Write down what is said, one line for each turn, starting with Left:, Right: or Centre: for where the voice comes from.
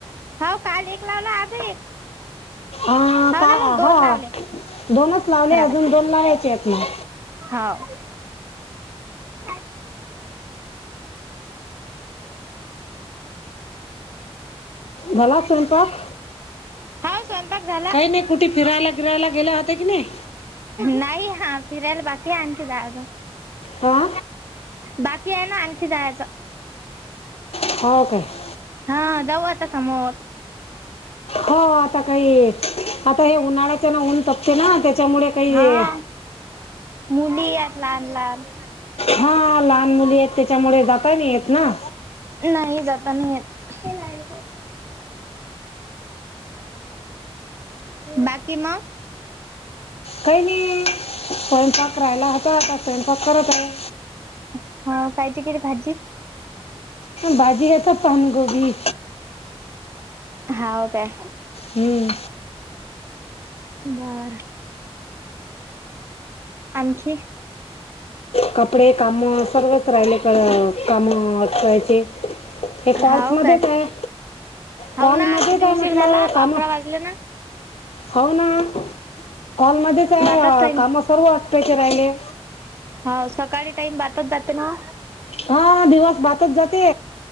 Right: हाव काल एक लाव ना आज एक.
Left: आ
Right: हाव
Left: का
Right: ना मग दोन
Left: हा
Right: लावले
Left: दोनच लावले
Right: खराब
Left: अजून
Right: आहे
Left: दोन आहेत ना.
Right: हाव. <unintelligible> <unintelligible>
Left: झाला स्वयंपाक
Right: स्वयंपाक झाला.
Left: काही नाही कुठे फिरायला गिरायला गेला होता की नाही
Right: नाही हा फिरायला बाकी आणखी आणते अजुन.
Left: हा
Right: बाकी आहे ना आणखी जायाच.
Left: <unintelligible>
Right: हा जाऊ आता समोर.
Left: हो आता काही आता हे उन्हाळ्याच्या ना ऊन तपते ना त्यांच्यामुळे काही.
Right: हा मुली यात लहान लहान
Left: हा लहान मुली आहेत. त्यांच्यामुळे जाता नाही येत ना.
Right: नाही जाता नाही येत. बाकी म.
Left: काही नाही स्वयंपाक राहायला होतो आता स्वयंपाक करत आहे.
Right: हो कायची केली भाजी.
Left: भाजी आता पानकोबी.
Right: हाव काय.
Left: हम्म.
Right: बरं. आणखी.
Left: कपडे काम सर्वच राहिले क काम करायचे‌. हे कॉल्स
Right: हाव
Left: मध्येच
Right: काय
Left: आहे‌.
Right: हाव
Left: कॉलमध्ये
Right: ना किती
Left: च आहे
Right: उशीर
Left: म्हटलं
Right: झाला
Left: काम.
Right: अकरा वाजले ना.
Left: हो ना कॉलमध्येच आहे.
Right: बातच टाईम
Left: काम सर्व अटपायचे राहिले.
Right: हो सकाळी टाईम बातत जाते ना.
Left: हा दिवस बातच जाते.